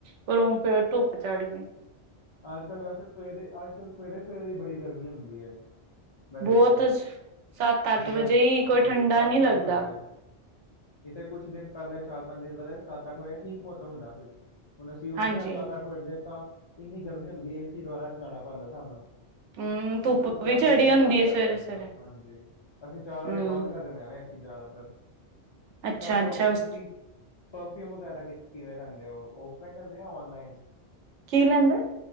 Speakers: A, on the right (about 85°); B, on the left (about 35°).
A: ਪਰ ਹੁਣ ਫੇਰ, ਧੁੱਪ ਚੜਗੀ।
B: ਅੱਜ ਕੱਲ, ਵੈਸੇ ਸਵੇਰੇ, ਅੱਜ ਕੱਲ ਸਵੇਰੇ-ਸਵੇਰੇ ਈ ਬੜੀ ਗਰਮੀ ਹੁੰਦੀ ਐ ਮੈਂ ਦੇਖਿਆ,
A: ਬਹੁਤ ਸੱਤ ਅੱਠ
B: ਜੀ
A: ਵਜੇ
B: ਅ
A: ਹੀ ਕੋਈ
B: ਹਾਂਜੀ
A: ਠੰਡਾ
B: ਸੱਤ,
A: ਨਹੀਂ ਲੱਗਦਾ
B: ਅੱਠ ਵਜੇ ਇਥੇ ਕੁਛ ਦਿਨ ਪੈਹਲੇ ਚਾਰ, ਪੰਜ ਦਿਨ ਪੈਹਲੇ, ਸੱਤ, ਅੱਠ ਵਜੇ ਠੀਕ ਮੌਸਮ ਹੁੰਦਾ ਸੀ ਹੁਣ ਅਸੀਂ ਉੱਠਨੇ
A: ਹਾਂਜੀ
B: ਆਂ, ਸੱਤ, ਅੱਠ ਵਜੇ ਤਾਂ ਏਨੀ ਗਰਮੀ ਹੁੰਦੀ ਏ, ਏਸੀ ਦੁਵਾਰਾ ਚਲਾਣਾ ਪੈਂਦਾ ਸਾਨੂੰ
A: ਹਮ ਧੁੱਪ
B: ਅਸੀਂ ਚਾਰ
A: ਵੀ ਚੜੀ
B: ਵਜੇ
A: ਹੁੰਦੀ
B: ਬੰਦ
A: ਹੈ ਸਵੇਰੇ
B: ਕਰ ਦੇਨੇ
A: ਸਵੇਰੇ
B: ਆਂ, ਹਾਂਜੀ, ਅਸੀਂ ਚਾਰ ਵਜੇ
A: ਹਮ
B: ਬੰਦ ਕਰ ਦੇਂਨੇ ਆਂ ਨਾ ਜ਼ਿਆਦਾਤਰ
A: ਅੱਛਾ
B: ਤਾਂ ਤਵ
A: ਅੱਛਾ ਉਸ
B: ਤੁਸੀਂ ਪਰਫਿਊਮ ਵਗੈਰਾ ਕਿਵੇਂ ਲੈਂਦੇ ਓ, ਓਫਲਾਈਨ ਲੈਂਦੇ ਓ, ਜਾਂ ਔਨਲਾਈਨ?
A: ਕੀ ਲੈਂਦੇ?